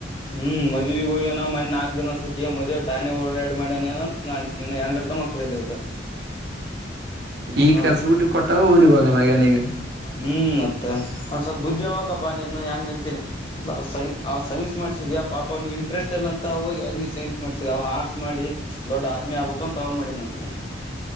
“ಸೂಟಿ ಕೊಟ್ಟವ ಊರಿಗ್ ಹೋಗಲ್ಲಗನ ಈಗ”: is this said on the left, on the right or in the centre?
Right